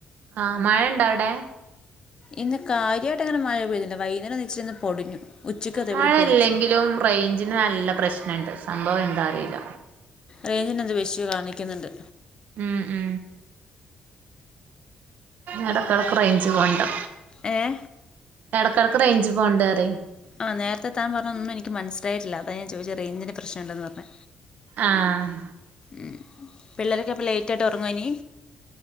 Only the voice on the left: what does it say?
ഇന്ന് കാര്യയിട്ട് അങ്ങനെ മഴ പെയ്തില്ല വൈകുന്നേര ഇച്ചിരിഒന്ന് പൊടിഞ്ഞു. ഉച്ചയ്ക്ക് അതേപോലെ
പൊടിച്ചു
റേഞ്ചിനെന്ത്യേ ഇഷ്യൂ കാണിക്ക്ന്ന്ണ്ട്.
ഏ?
ആ നേരത്തെ താൻ പറഞ്ഞ ഒന്നും എനിക്ക് മനസിലായിട്ടില്ല അത ഞാൻ ചോദിച്ച റേഞ്ചിന് പ്രശ്നംണ്ടെന്ന് പറഞ്ഞ.
ഉം പിള്ളേരൊക്കെ അപ്പ ലേറ്റായിട്ടാ ഉറങ്ങാഇനി